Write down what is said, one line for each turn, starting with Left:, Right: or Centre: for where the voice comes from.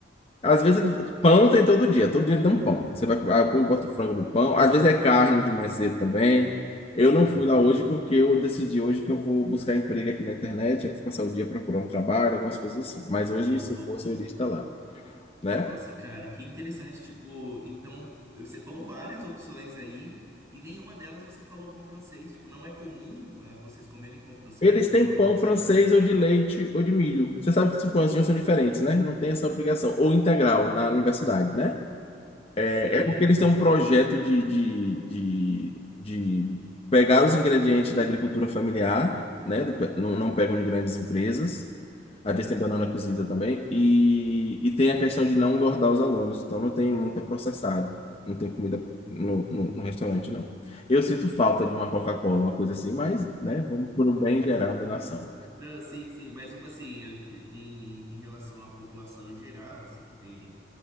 Left: Às vezes, pão tem todo dia. Todo dia eles dão um pão. Você vai, aí o povo bota o frango no pão. Às vezes é carne de mais cedo também. Eu
Right: Sei.
Left: não fui lá hoje porque eu decidi hoje que eu vou buscar emprego aqui na internet. Eu vou passar o dia procurando trabalho, algumas coisas assim. Mas
Right: Boa,
Left: hoje, se
Right: boa,
Left: fosse,
Right: boa.
Left: eu iria estar lá, né?
Right: Nossa, cara, que interessante. Tipo, então você falou várias opções aí e nenhuma delas você falou pão francês. Tipo, não é comum é, vocês comerem pão francês
Left: Eles têm
Right: pela
Left: pão
Right: manhã?
Left: francês ou de leite ou de milho. Você sabe que os pãezinhos são diferentes, né? Não tem essa obrigação. Ou integral na universidade, né? É,
Right: Sei.
Left: é porque eles têm um projeto de, de, de, de pegar os ingredientes da agricultura familiar, né? Do pe- não, não pegam de grandes empresas. Às
Right: Aham.
Left: vezes tem banana cozida também. E, e tem a questão de não engordar os alunos. Então não tem muito processado. Não tem comida
Right: Entendi.
Left: no, no, no restaurante, não. Eu sinto falta de uma Coca-Cola, uma coisa assim, mas, né? Vamos pelo bem geral da nação.
Right: Não, sim, sim, mas tipo assim, eu- em, em relação à população em geral, assim, que tem